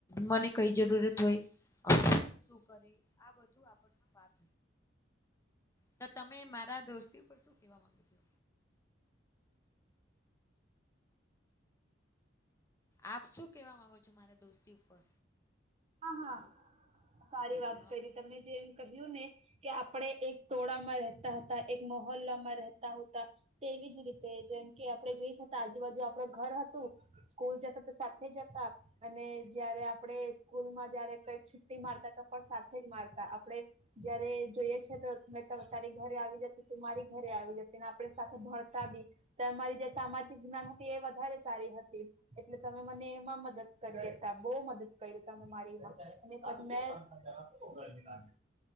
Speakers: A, on the left; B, on the right.
A: મને કઈ જરૂરત હોય શું કરે આ બધું આપણ વાત તો તમે મારા દોસ્તી ઉપર શું કેવા માંગુ છો આપ શું કેવા માંગો છો મારા દોસ્તી ઉપર
B: હા હા સારી વાત
A: હા
B: કરી તમે જેમ કહ્યું ને કે આપણે એક ટોળામાં રહેતાં હતાં એક મહોલ્લામાં રહેતા ઉતા તે એવી જ રીતે જેમ કે આપણે જઈ હતા આજુબાજુ આપણા ઘર હતું સ્કૂલ જતા તો સાથે જતાં. અને જયારે આપણે સ્કૂલમાં જયારે કઈક છુટ્ટી મારતા તો પણ સાથે જ મારતાં આપણેે જયારે જોઈએ છે તો એ તારી ઘરે આવી જતી તું મારી ઘરે આવી જતી ને આપણે સાથે ભણતા બી તમારી જે સામાજિક વિજ્ઞાન એ વધારે સારી હતી એટલે તમે મને એમાં મદદ કરી દેતા બહુ મદદ કયરી. તમે મારી એમાં ને મેં